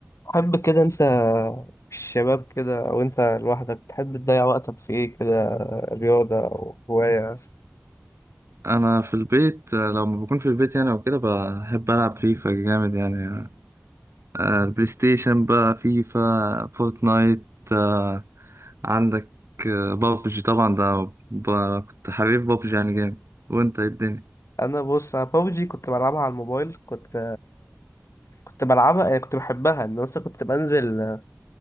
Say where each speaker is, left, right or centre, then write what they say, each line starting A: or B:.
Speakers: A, on the left; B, on the right.
A: تحب كده انت الشباب كده او انت لوحدك تحب تضيع وقتك في ايه كده رياضة او هواية
B: انا في البيت آه، لما بكون في البيت يعني وكده بحب العب فيفا جامد يعني آه، البلاي ستيشن بقى فيفا فورتنايت آه، عندك آه، بابجي طبعا ده ب- كنت حريف بابجي يعني جامد وانت ايه الدنيا
A: انا بص انا بابجي كنت بلعبها على الموبايل كنت كنت بلعبها يعني كنت بحبها ان مثلا كنت بنزل الناس